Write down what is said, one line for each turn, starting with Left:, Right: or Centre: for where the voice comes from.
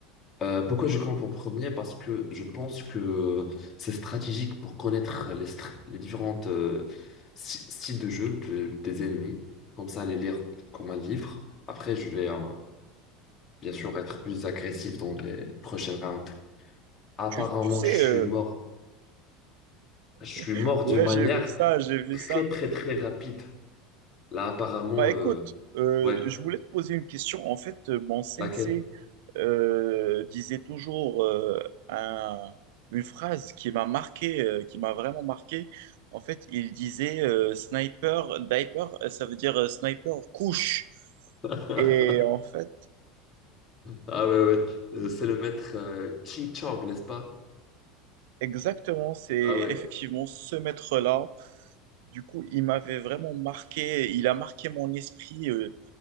Left: Euh, pourquoi je campe en premier? Parce que je pense que c'est stratégique pour connaître les, str- les différentes euh, sty- styles de jeu de- des ennemis. Comme ça, les lire comme un livre. Après, je vais euh, bien sûr être plus agressif dans les prochaines rounds. Apparemment,
Right: Tu, tu sais,
Left: je suis
Right: euh,
Left: mort. Je suis
Right: <laughs>
Left: mort
Right: Ouais.
Left: d'une manière
Right: j'ai vu ça, j'ai vu
Left: très
Right: ça.
Left: très très rapide. Là, apparemment,
Right: Bah écoute,
Left: euh,
Right: euh,
Left: ouais,
Right: je voulais te poser une question. En fait, euh, mon sensei
Left: laquelle?
Right: euh, disait toujours euh, un- une phrase qui m'a marqué, euh, qui m'a vraiment marqué. En fait, il disait euh, sniper, diaper, euh, ça veut dire euh, sniper couche.
Left: <laughs>
Right: Et en fait,
Left: Ah ouais, ouais, Euh, c'est le maître euh, Ching Chong, n'est-ce pas?
Right: exactement, c'est
Left: Ah ouais,
Right: effectivement ce maître-là. Du coup, il m'avait vraiment marqué, il a marqué mon esprit. euh,